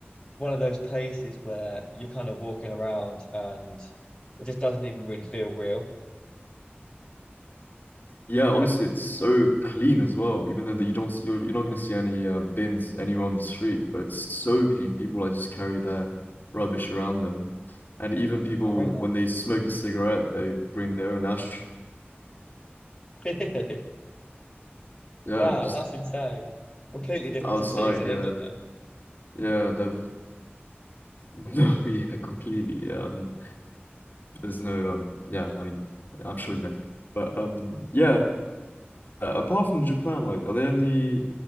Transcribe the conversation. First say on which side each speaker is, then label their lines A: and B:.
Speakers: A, on the left; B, on the left.
A: one of those places where you're kind of walking around and it just doesn't even really feel real.
B: Yeah, honestly, it's so clean as well. Even though that you don't, s- you're, you're not going to see any uh, bins anywhere on the street, but it's so clean. People like just carry their rubbish around them, and even people
A: Wow, I rate
B: when they smoke a cigarette, they bring their own ashtray.
A: that. <laughs>
B: Yeah,
A: Wow,
B: just
A: that's insane. Completely different
B: outside.
A: to cities in
B: Yeah,
A: England, though.
B: yeah, they've <laughs> no, yeah, completely. Yeah, I mean, there's no um, yeah, I mean, I'm sure you know, but um, yeah. Apart from Japan, like, are there any